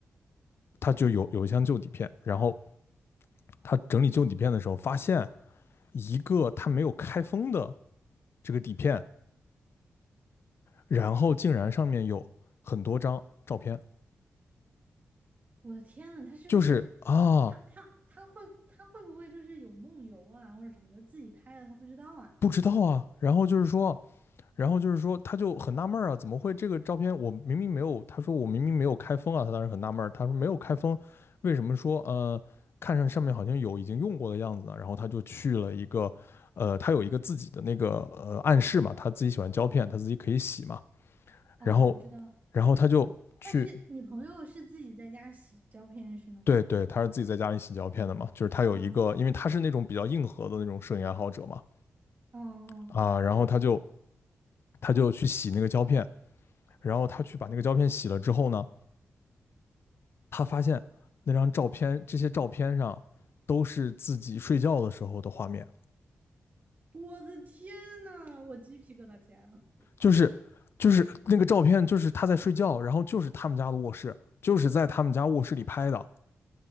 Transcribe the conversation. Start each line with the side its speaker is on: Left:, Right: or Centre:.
Left: 他就有有一箱旧底片，然后他整理旧底片的时候发现一个他没有开封的这个底片，然后竟然上面有很多张照片，
Right: 我的天呐，他是不是哇？
Left: 就是啊
Right: 他他他会他会不会就是有梦游啊，或者什么的，自己拍的他不知道啊？
Left: 不知道啊，然后就是说然后就是说，他就很纳闷儿啊，怎么会这个照片我明明没有？他说我明明没有开封啊，他当时很纳闷儿，他说没有开封，为什么说呃看上上面好像有已经用过的样子呢？然后他就去了一个，呃，他有一个自己的那个呃暗示嘛，他自己喜欢胶片，他自己可以洗嘛，然后
Right: 哦，我知道，
Left: 然后他就去。
Right: 他是你朋友是自己在家洗胶片是吗？
Left: 对对，他是自己在家里洗胶片的嘛，就是他有一个，
Right: 哦
Left: 因为他是那种比较硬核的那种摄影爱好者嘛，
Right: 哦哦，
Left: 啊，然后他就他就去洗那个胶片，然后他去把那个胶片洗了之后呢，他发现那张照片，这些照片上都是自己睡觉的时候的画面，
Right: 我的天呐，我鸡皮疙瘩起来了！
Left: 就是就是那个照片，就是他在睡觉，然后就是他们家的卧室，就是在他们家卧室里拍的。